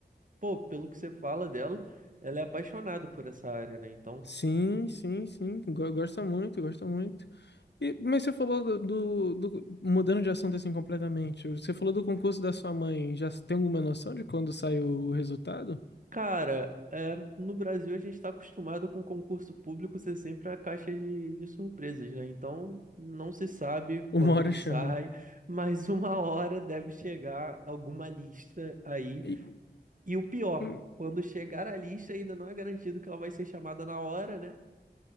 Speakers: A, on the right; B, on the left.
A: pô, pelo que você fala dela, ela é apaixonada por essa área, né? Então
B: Sim, sim, sim, go- gosta muito, gosta muito. E, mas você falou do, do, do- Mudando de assunto assim completamente, você falou do concurso da sua mãe, já tem alguma noção de quando sai o, o resultado?
A: Cara, é, no Brasil a gente está acostumado com concurso público ser sempre a caixa de, de surpresas, né? Então não se sabe
B: <laughs> Uma
A: quando
B: hora
A: que
B: chama.
A: sai, <laughs> mas uma hora deve chegar alguma lista aí.
B: E-
A: E o pior,
B: hum,
A: quando chegar a lista ainda não é garantido que ela vai ser chamada na hora, né?